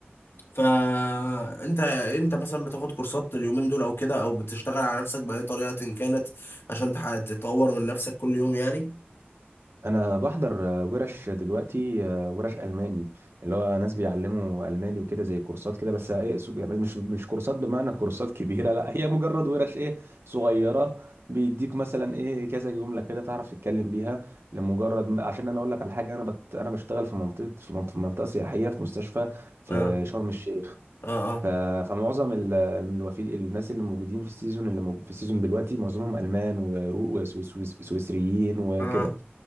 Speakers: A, on the left; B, on the right.
A: فأنت أنت مثلا بتاخد كورسات اليومين دول أو كده أو بتشتغل على نفسك بأي طريقة إن كانت عشان تح- تطور من نفسك كل يوم يعني
B: انا بحضر آه، ورش دلوقتي آه، ورش الماني اللي هو ناس بيعلموا الماني وكده زي كورسات كده بس آه، ايه سو- يعني مش مش كورسات بمعنى كورسات <laughs> كبيره لا هي مجرد ورش ايه صغيره بيديك مثلا ايه كذا جمله كده تعرف تتكلم بيها لمجرد عشان انا اقول لك على حاجه انا بت... انا بشتغل في منطقه في منطقه, في منطقة سياحيه في مستشفى في
A: اه
B: شرم الشيخ
A: اه اه
B: ف... فمعظم ال... الوفي... الناس اللي موجودين في السيزون اللي موجود في السيزون دلوقتي معظمهم المان وسويسريين وكده
A: اه